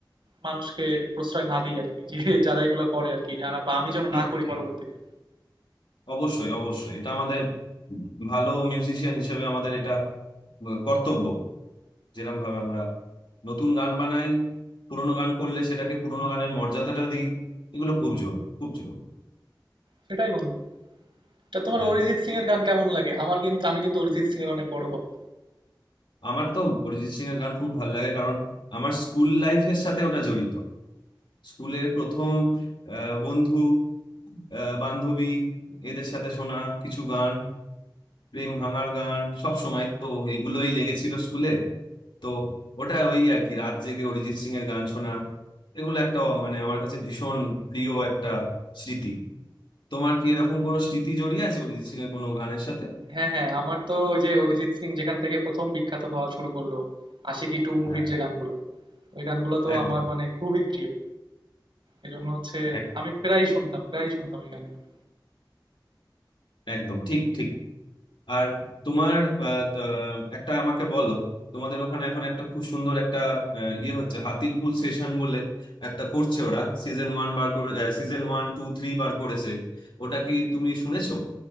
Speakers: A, on the right; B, on the left.
A: মানুষকে প্রশ্রয় না দিই আরকি। যে <laughs> যারা এগুলা করে আরকি, যারা বা আমি যেন
B: ঠিক
A: না করি
B: ঠিক
A: পরবর্তীতে।
B: অবশ্যই অবশ্যই এটা আমাদের ভালো মিউজিশিয়ান হিসেবে আমাদের এটা আহ, কর্তব্য যেরকম ভাবে আমরা নতুন গান বানাই পুরোনো গান করলে সেটাকে পুরোনো গানের মর্যাদাটা দিই এগুলো খুব জোর খুব জোর
A: সেটাই বন্ধু। তা তোমার
B: হ্যাঁ
A: অরিজিৎ সিং এর গান কেমন লাগে? আমার কিন্তু আমি কিন্তু অরিজিৎ সিং এর অনেক বড় ভক্ত।
B: আমার তো অরিজিৎ সিং এর গান খুব ভালো লাগে কারণ আমার স্কুল লাইফের সাথে ওটা জড়িত স্কুলের প্রথম আহ, বন্ধু আহ, বান্ধবী এদের সাথে শোনা কিছু গান প্রেম ভাঙার গান সব সময় তো এগুলোই লেগেছিল স্কুলে তো ওটা ওই আর কি রাত জেগে অরিজিৎ সিং এর গান শোনা এগুলো একটা মানে আমার কাছে ভীষণ প্রিয় একটা স্মৃতি তোমার কি এরকম কোনো স্মৃতি জড়িয়ে আছে অরিজিৎ সিং এর কোনো গানের সাথে
A: হ্যাঁ হ্যাঁ আমার তো ওই যে অরিজিৎ সিং যেখান থেকে প্রথম বিখ্যাত হওয়া শুরু করলো আশিকি টু মুভির
B: হ্যাঁ
A: যে গানগুলো ওই গানগুলো তো
B: একদম
A: আমার মানে খুবই প্রিয় এজন্য হচ্ছে
B: এক-
A: আমি প্রায়ই শুনতাম প্রায়ই শুনতাম ওই গানগুলো
B: একদম ঠিক ঠিক আর তোমার আহ, ত- একটা আমাকে বলো তোমাদের ওখানে এখন একটা খুব সুন্দর একটা আহ, ইয়ে হচ্ছে হাতির পুল সেশন বলে একটা করছে ওরা সিজন ওয়ান বার করে সিজন ওয়ান টু থ্রি বার করেছে ওটা কি তুমি শুনেছো